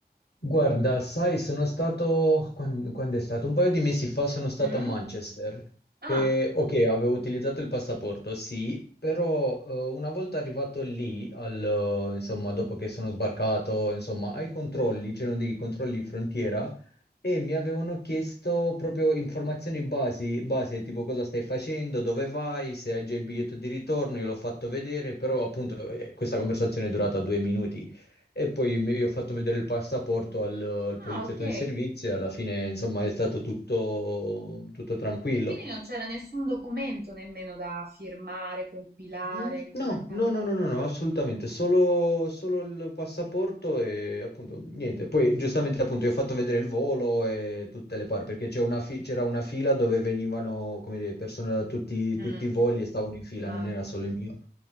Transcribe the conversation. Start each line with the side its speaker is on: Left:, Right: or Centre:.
Left: Guarda, sai, sono stato, quan- quando, è stato? Un paio di mesi fa sono stato
Right: Mm?
Left: a Manchester
Right: Ah,
Left: e ok, avevo utilizzato il passaporto, sì, però eh, una volta arrivato lì, al, eh, insomma, dopo che sono sbarcato, insomma, ai controlli, c'erano dei controlli di frontiera e mi avevano chiesto proprio informazioni basi, base, tipo cosa stai facendo, dove vai, se hai già il biglietto di ritorno, io l'ho fatto vedere, però appunto eh, questa conversazione è durata due minuti. E poi mi- io ho fatto vedere il passaporto al, al poliziotto
Right: ah, ok.
Left: di servizio e alla fine, insomma, è stato tutto, tutto tranquillo.
Right: E quindi non c'era nessun documento nemmeno da firmare, compilare,
Left: Mm,
Right: come
Left: No,
Right: accade
Left: no,
Right: in
Left: no,
Right: molti
Left: no, no,
Right: paesi.
Left: no, assolutamente, solo, solo il passaporto e appunto niente. Poi giustamente appunto io ho fatto vedere il volo e tutte le parti, perché c'è una fi- c'era una fila dove venivano, come dire, persone da tutti,
Right: Mm,
Left: tutti i voli e stavano in fila,
Right: immagino.
Left: non era solo il mio.